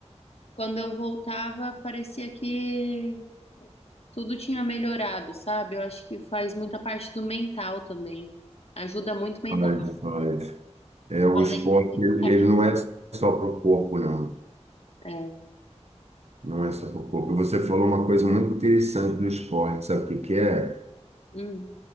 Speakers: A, on the left (about 60°); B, on the right (about 65°).
A: Quando eu voltava, parecia que tudo tinha melhorado, sabe? Eu acho que faz muita parte do mental também. Ajuda muito mental,
B: Faz, faz. É, o
A: além
B: esporte,
A: de-
B: ele
A: saber-
B: ele não é só para o corpo, não.
A: É,
B: Não é só para o corpo. Você falou uma coisa muito interessante do esporte, sabe o que que é?
A: hum,